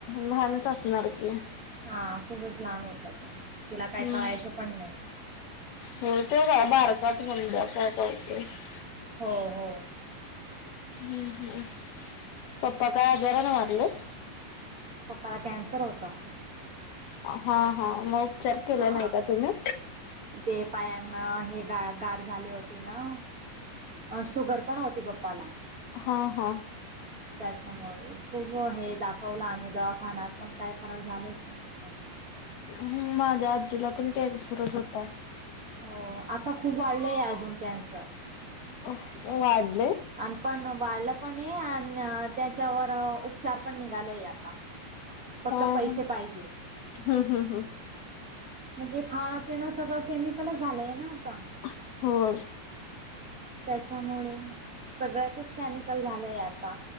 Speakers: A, on the left (about 70°); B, on the right (about 35°).
A: लहानच असणार की
B: हा खूपच लहान होता तो तिला काय
A: हम्म,
B: कळायचं पण नाही.
A: हो ते काय बारकाच <unintelligible> <unintelligible>
B: हो हो.
A: हम्म हम्म, पप्पा काय आजाराने वारलेत?
B: पप्पाला कॅन्सर होता.
A: हा हा मग उपचार केला
B: आ
A: नाही का तुम्ही?
B: ते पायांना हे गा गाठ झाली होती ना, अ शुगर पण होती पप्पाला
A: हा हा.
B: त्यामुळे खूप हे दाखवलं आम्ही दवाखान्यात पण काही फरक झालच नाही पप्पाला
A: हम्म माझ्या आजीला पण कॅन्सर च होता.
B: हो आता खूप वाढलंय अजून कॅन्सर
A: अह वाढले
B: आन पण वाढले पण ये, आन त्याच्यावर उपचार पण निघालाय आता फक्त
A: हा
B: पैसे
A: हा.
B: पाहिजे
A: हम्म हम्म हम्म.
B: म्हणजे खाण तेन सगळं केमिकलच झालंय ना आता
A: अह होय.
B: त्याच्यामुळे सगळ्यातच केमिकल झालंय आता